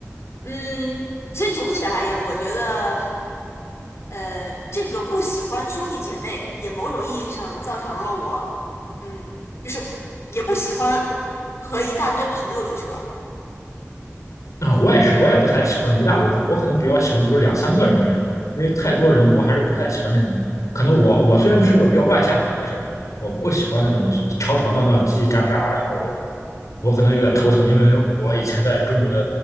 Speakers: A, on the left (about 55°); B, on the left (about 85°).
A: 嗯，所以总体而言，我觉得，呃，这个不喜欢兄弟姐妹，也某种意义上造成了我，嗯，就是也不喜欢和一大堆朋友出去玩儿。
B: 啊、我也是，我也不太喜欢一大堆朋友，我可能比较喜欢，比如两三个人这样，因为太多人，我还是不太喜欢那种。可能我我虽然是个比较外向的人，但是我不喜欢那种吵吵闹闹、叽叽喳喳，然后我可能有点头疼，因为我以前在中国的